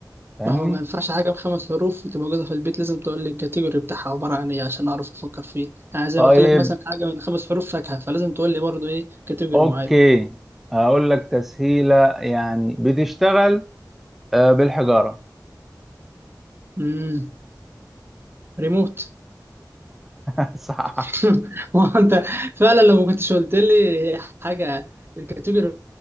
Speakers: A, in the centre; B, on the right.
A: فاهمني
B: ما هو ما ينفعش حاجة بخمس حروف وتبقى موجودة في البيت لازم تقول لي الكاتيجوري بتاعها عبارة عن ايه عشان أعرف أفكر فيه يعني زي
A: طيب
B: ما قلت لك مثلا حاجة من خمس حروف فاكهة فلازم تقول لي برضه ايه كاتيجوري
A: اوكي
B: معين
A: هقول لك تسهيلة يعني بتشتغل آه، بالحجارة
B: امم ريموت
A: <laughs> صح
B: <laughs> ما هو انت فعلا لو ما كنتش قلت لي حاجه الكاتيجوري